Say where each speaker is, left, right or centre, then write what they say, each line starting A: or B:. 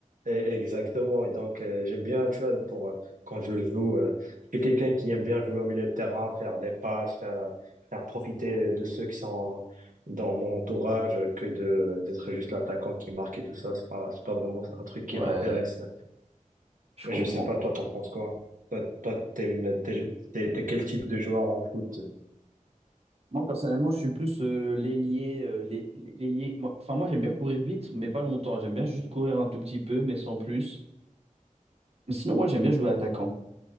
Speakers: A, on the right (about 75°); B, on the right (about 45°).
A: Et- Exactement. Et donc, euh, j'aime bien, tu vois, pour, euh, quand je joue, euh, je suis quelqu'un qui aime bien jouer au milieu de terrain, faire des passes, faire, faire profiter de ceux qui sont dans mon entourage euh, que de, d'être juste l'attaquant qui marque et tout ça. C'est pas, c'est pas vraiment un truc qui
B: Ouais,
A: m'intéresse.
B: je
A: Mais
B: comprends.
A: je sais pas, toi, t'en penses quoi? Toi, toi, t'aimes, t'es, t'es- t'es quel type de joueur en foot?
B: Moi, personnellement, je suis plus euh, l'ailier. euh, l'ai- l'ailier. Moi- Enfin, moi, j'aime bien courir vite, mais pas longtemps. J'aime bien juste courir un tout petit peu, mais sans plus. Mais sinon, ouais, j'aime bien jouer attaquant.